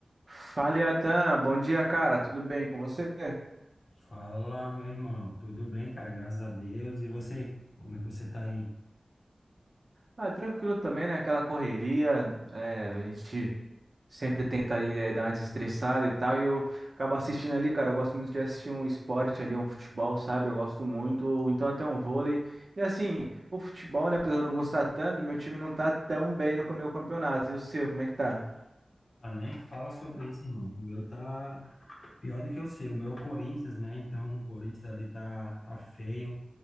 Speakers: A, on the right; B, on the left.
A: Fala, Atan. Bom dia, cara. Tudo bem com você?
B: Fala, meu irmão. Tudo bem, cara? Graças a Deus. E você? Como é que você tá aí?
A: Ah, tranquilo também, né? Aquela correria, é, a gente sempre tenta ali, é, dar uma desestressada e tal. E eu acabo assistindo ali, cara. Eu gosto muito de assistir um esporte ali, um futebol, sabe? Eu gosto muito, ou então até um vôlei. E assim, o futebol, né? Apesar de eu gostar tanto, meu time não tá tão bem no meu campeonato. E o seu, como é que tá?
B: Ah, nem fala sobre isso, irmão. O meu tá pior do que o seu. O meu é o Corinthians, né? Então, o Corinthians ali tá, tá feio.